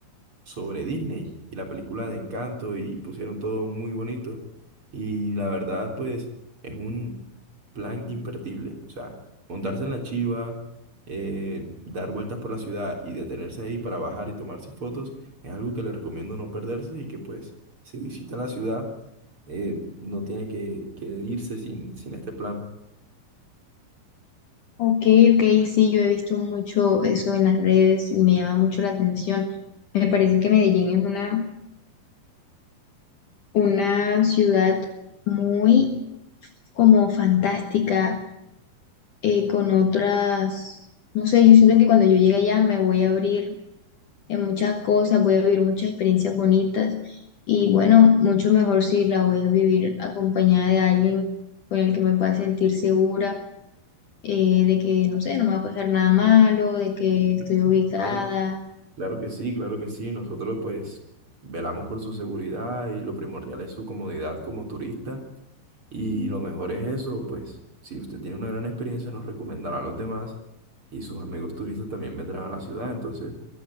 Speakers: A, on the right; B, on the left.
A: sobre Disney y la película de Encanto y pusieron todo muy bonito. Y la verdad, pues, es un plan imperdible. O sea, montarse en la chiva, eh, dar vueltas por la ciudad y detenerse ahí para bajar y tomarse fotos es algo que le recomiendo no perderse y que, pues, si visita la ciudad, eh, no tiene que, que irse sin, sin este plan.
B: Ok, ok, sí, yo he visto mucho eso en las redes y me llama mucho la atención. Me parece que Medellín es una, una ciudad muy como fantástica, eh, con otras, no sé, yo siento que cuando yo llegue allá me voy a abrir en muchas cosas, voy a vivir muchas experiencias bonitas y bueno, mucho mejor si la voy a vivir acompañada de alguien con el que me pueda sentir segura eh, de que, no sé, no me va a pasar nada malo, de que
A: <clears throat>
B: estoy ubicada.
A: Claro. Claro que sí, claro que sí. Nosotros pues velamos por su seguridad y lo primordial es su comodidad como turista. Y lo mejor es eso, pues si usted tiene una gran experiencia nos recomendará a los demás y sus amigos turistas también vendrán a la ciudad. Entonces